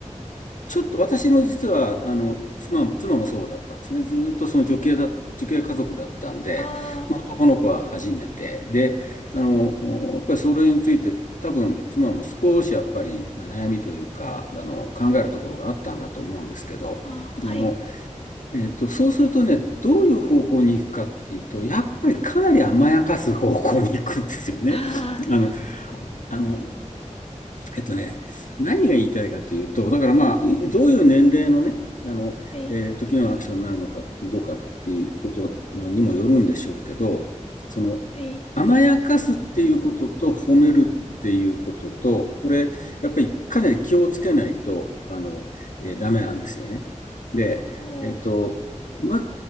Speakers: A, on the left (about 80°); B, on the left (about 50°).
A: ちょっと私の実はあの妻も、妻もそうだったんですね。ずーっとその女系だ、女系家族だったんで、
B: あ
A: まあ、男の子は初めて。で、あの、やっぱりそれについて多分妻も少しやっぱり悩みというか、あの、考えるところがあったんだと思うんですけど、
B: あ、あはい。
A: あの、えっと、そうするとね、どういう方向に行くかっていうと、やっぱりかなり甘やかす方向に行くんですよね。
B: あ
A: あの、あの、えっとね、何が言いたいかというと、だからまあ、いどういう年齢のね、あの、
B: あ、はい、
A: えー時のアクションになるのかどうかっていうことにもよるんでしょうけど、その、
B: はい。
A: 甘やかすっていうことと褒めるっていうことと、これ、やっぱりかなり気をつけないと、あの、えーダメなんですよね。で、
B: おー
A: えっと、ま、